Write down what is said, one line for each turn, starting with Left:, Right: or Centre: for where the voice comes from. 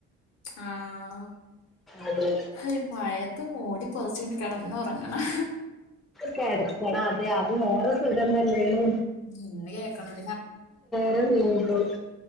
Left: ആഹ
Centre: അതെ
Left: ഈ മഴയത്ത് മൂടി പൊതച്ചിങ്ങനെ കിടന്ന ഉറങ്ങണം
Centre: കെടക്കണം അതെ അത് വേറെ സുഖം തന്നെയാണ്
Left: ഉ ഇന്ന് കേക്കണം
Centre: ഉ <unintelligible>